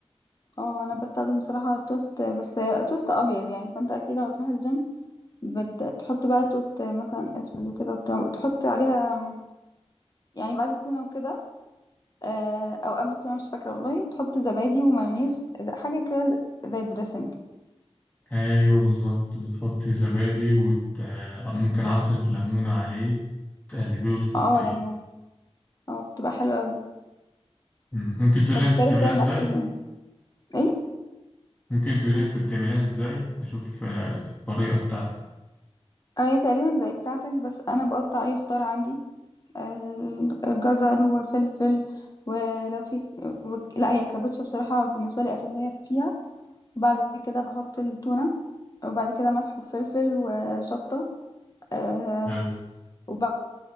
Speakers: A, on the left; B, on the left.
A: اه انا بستخدم بصراحة توست بس توست ابيض يعني فانت اكيد لو هتروح الجيم بتحط بقى توست مثلا اسود وكده وبتاع، وتحط عليها يعني بعد التونة وكده آه، او قبل التونه مش فاكره والله تحط زبادي ومايونيز ز- حاجه كده زي الدريسنج
B: أيوه بالظبط بتحطي زبادي وت... ممكن عصرة ليمون عليه تقلبيه وتحطيه
A: اه ليمون اه بتبقى حلوه قوي
B: مم. ممكن تقولي
A: طب
B: انت
A: بتعرف
B: بتعملها
A: تعمل
B: ازاي
A: اكل ايه تاني؟ ايه
B: ممكن تقولي انت بتعملها ازاي اشوف آه، الطريقة بتاعتك
A: آه، هي تقريبا زي بتاعتك بس انا بقطع اي خضار عندي آه، جزر وفلفل ولو في وك- لا هي الكابوتشا بصراحه بالنسبه لي اساسيه فيها وبعد كده بحط التونه وبعد كده ملح وفلفل وشطه آه،
B: حلو.
A: وبعد